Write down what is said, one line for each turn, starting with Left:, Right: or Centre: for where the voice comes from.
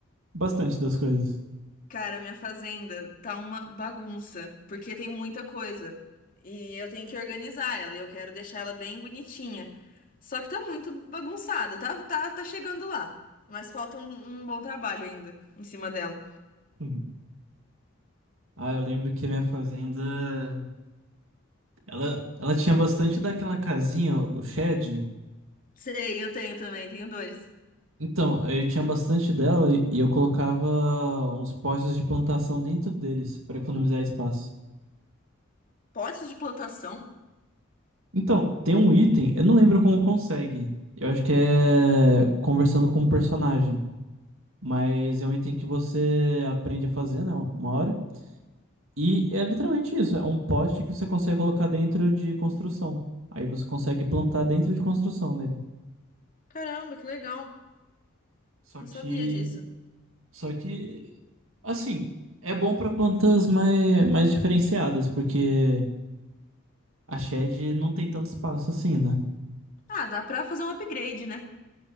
Right: bastante das coisas.
Left: Cara, minha fazenda tá uma bagunça, porque tem muita coisa. E eu tenho que organizar ela, e eu quero deixar ela bem bonitinha. Só que tá muito bagunçada, tá, tá, tá chegando lá. Mas falta um, um bom trabalho ainda em cima dela.
Right: Uhum. Ah, eu lembro que a minha fazenda, ela, ela tinha bastante daquela casinha, o shed.
Left: Sei, eu tenho também, tenho dois.
Right: Então, eu tinha bastante dela e e eu colocava uns postes de plantação dentro deles para economizar espaço.
Left: Potes de plantação?
Right: Então, tem um item, eu não lembro como consegue. Eu acho que é conversando com o personagem, mas é um item que você aprende a fazer, né, uma hora. E é literalmente isso, é um poste que você consegue colocar dentro de construção. Aí você consegue plantar dentro de construção nele.
Left: Caramba, que legal.
Right: Só
Left: Não
Right: que,
Left: sabia disso.
Right: só que, assim, é bom para plantas mais, mais diferenciadas, porque a shed não tem tanto espaço assim, né?
Left: Ah, dá pra fazer um upgrade, né?